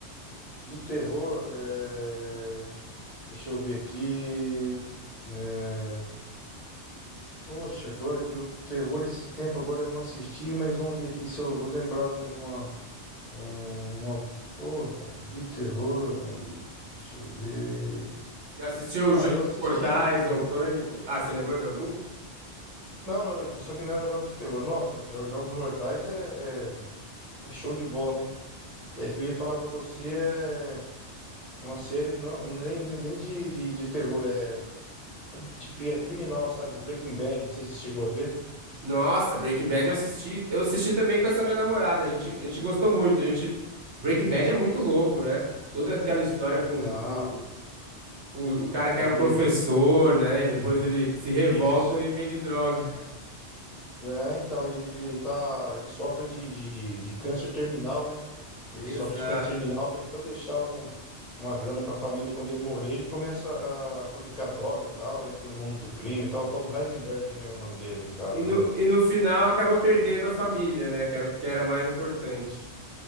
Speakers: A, on the left; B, on the right.
A: de terror, é... deixa eu ver aqui. é, Poxa, agora que o terror esses tempos, agora eu não assisti, mas vamos ver aqui se eu vou lembrar uma, uma, uma porra de terror, meu amigo. Deixa eu ver.
B: Já assistiu
A: Ah,
B: Jogos
A: eu assisti.
B: Mortais ou Pânico? Ah, você lembrou de algum?
A: Não, não, eu- só que não era jogos de terror. Nossa, jo- Jogos Mortais é, é, é show de bola, hein? É que eu ia falar pra você, é, é uma série não, nem, nem nem de, de, de terror, é de cri- é criminal, sabe? Breaking Bad, não sei se você chegou a ver.
B: Nossa, Breaking Bad eu assisti. Eu assisti também com essa minha namorada. A gente, a gente gostou muito. A gente, Breaking Bad é muito louco, né? Toda aquela história com,
A: Ah,
B: com, com o cara que
A: ele.
B: era um professor, né? E depois ele se revolta
A: Isso.
B: e vende droga.
A: É, então, ele, ele tá. Ele sofre de, de, de, de câncer terminal, né? Ele
B: <laughs> Exato.
A: sofre de câncer terminal, daí pra deixar um, uma grana pra família, quando ele morrer, ele começa a fabricar droga e tal, entra no mundo do crime e tal, o tal do Heisenberg, né? O nome dele, no caso,
B: E
A: né?
B: no, e no final acaba perdendo a família, né? Que era o que era mais importante.